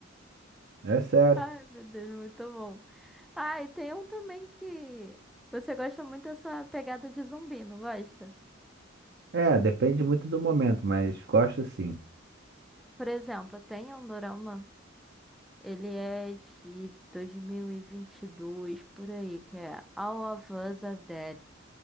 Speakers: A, on the right; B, in the centre.
A: É sério.
B: Ai, meu Deus, muito bom. Ah, e tem um também que você gosta muito dessa pegada de zumbi, não gosta?
A: É, depende muito do momento, mas gosto sim.
B: Por exemplo, tem um dorama, ele é de dois mil e e vinte e dois por aí, que é All of Us Are Dead.